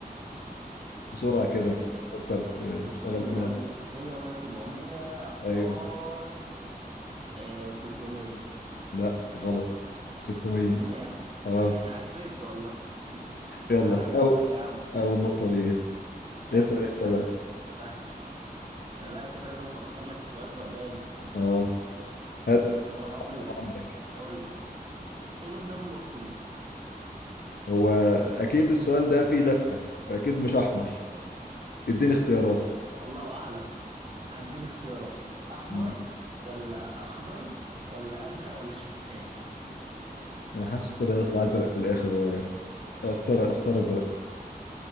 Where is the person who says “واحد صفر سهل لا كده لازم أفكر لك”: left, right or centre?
Right